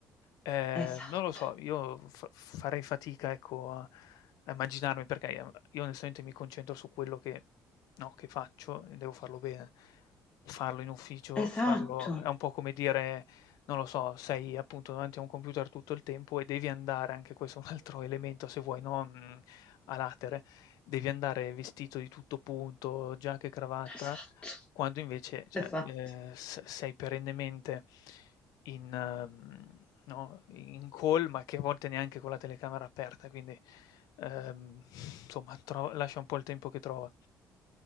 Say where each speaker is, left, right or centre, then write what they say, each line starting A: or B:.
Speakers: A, on the left (about 80°); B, on the left (about 20°).
A: eh,
B: esatto,
A: non lo so, io fa- farei fatica, ecco, a a immaginarmi perché ehm, io onestamente mi concentro su quello che, no, che faccio e devo farlo bene. Farlo in ufficio,
B: esatto,
A: farlo è un po' come dire, non lo so, sei appunto davanti a un computer tutto il tempo e devi andare, anche questo è un altro <laughs> elemento se vuoi, no, mhmm, a latere, devi andare vestito di tutto punto, giacca e cravatta,
B: esatto,
A: quando invece, cioè,
B: esatto.
A: ehm, s sei perennemente in mhmm, no, in call, ma che a volte neanche con la telecamera aperta, quindi, ehm, insomma tro lascia un po' il tempo che trova.